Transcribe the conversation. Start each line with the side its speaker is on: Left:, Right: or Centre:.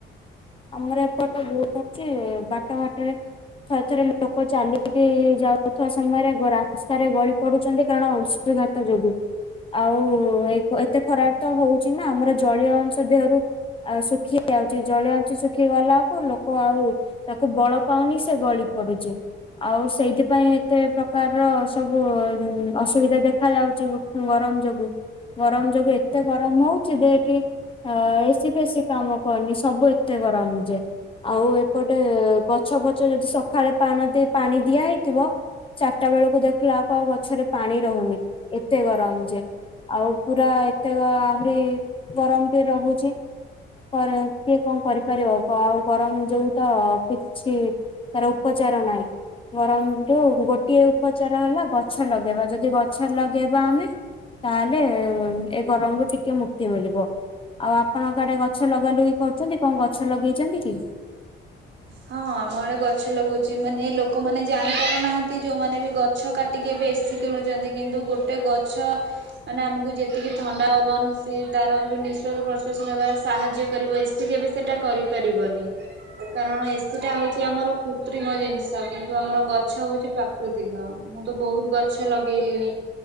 Left: ଆମର ଏପଟ <unintelligible> ଯେ ବାଟଘାଟରେ ଥରେ ଥରେ ଲୋକ ଚାଲିକି ଯାଉଥିବା ସମୟରେ ରାସ୍ତାରେ ଗଳି ପଡୁଚନ୍ତି କାରଣ ଅଂଶୁଘାତ ଯୋଗୁଁ। ଆଉ ଏତେ ଖରାରେ ତ ହୋଉଚି ନା ଆମର ଜଳୀୟ ଅଂଶ ଦେହରୁ ଆଉ ଶୁଖି ଯାଉଚି ଜଳିୟ ଶୁଖି ଗଲାକୁ ଲୋକ ଆଉ ତାକୁ ବଳ ପାଉନି ସେ ଗଳି ପଡୁଚି। ଆଉ ସେଇଥିପାଇଁ ଏତେ ପ୍ରକାରର ସବୁ ଅସୁବିଧା ଦେଖା ଯାଉଚି। ଗରମ ଯୋଗୁ ଗରମ ଯୋଗୁ ଏତେ ଗରମ ହୋଉଚି ଯେ ଏଠି ଅ ଏସି ଫେସିି କାମ କରୁନି ସବୁ ଏତେ ଗରମ ଯେ। ଆଉ ଏପଟେ ଗଛ ପଛ ଯଦି ସଖାଳେ ପାଣ ଦେ ପାଣି ଦିଆ ହେଇଥିବ ଚାରିଟା ବେଳକୁ ଦେଖିଲା କୁ ଆଉ ଗଛରେ ପାଣି ରୋ ହୁନି ଏତେ ଗରମ ଯେ। ଆଉ ପୁରା ଏତେ ଆହୁରି ଗରମ ବି ରହୁଚି <unintelligible> କଣ କରିପାରିବ, ଆଉ ଗରମ ଯୋଉ ତ କିଛି ତାର ଉପଚାର ନାହିଁ। ଗରମରୁୁ ଗୋଟିଏ ଉପଚାର ହେଲା ଗଛ ଲଗେଇବା, ଯଦି ଗଛ ଲଗେଇବା ଆମେ ତାହେଲେ ଏ ଗରମରୁ ଟିକେ ମୁକ୍ତି ମିଳିବ। ଆଉ ଆପଣଙ୍କ ଆଡେ ଗଛ ଲଗା ଲୁଗି କରୁଛନ୍ତି, କଣ ଗଛ ଲଗେଇଛନ୍ତି କି?
Right: ହଁ, ଆମ ଆଡେ ଗଛ ଲଗଉଛି, ମାନେ ଲୋକମାନେ ଜାଣିପାରୁନାହାନ୍ତି, ଯୋଉମାନେ ବି ଗ ଗଛ କାଟିକି ଏବେ ଏସି କିଣୁଛନ୍ତି, କିନ୍ତୁ ଗୋଟେ ଗଛ ମାନେ ଆମକୁ ଯେତିକି ଥଣ୍ଡା ପବନ, ସେ ତାର ଯୋଉ ନିଶ୍ୱାସ ପ୍ରଶ୍ଵାସ ନେବାରେ ସାହାଯ୍ୟ କରିବ, ଏ ସି କେବେ ସେଟା କରିପାରିବନି, କାରଣ ଏ ସିଟା ହଉଛି ଆମର କୃତ୍ରିମ ଜିନିଷ, କିନ୍ତୁ ଆମର ଗଛ ହଉଛି ପ୍ରାକୃତିକ। ମୁଁ ତ ବହୁତ ଗ ଛ ଲଗେଇଲିଣି,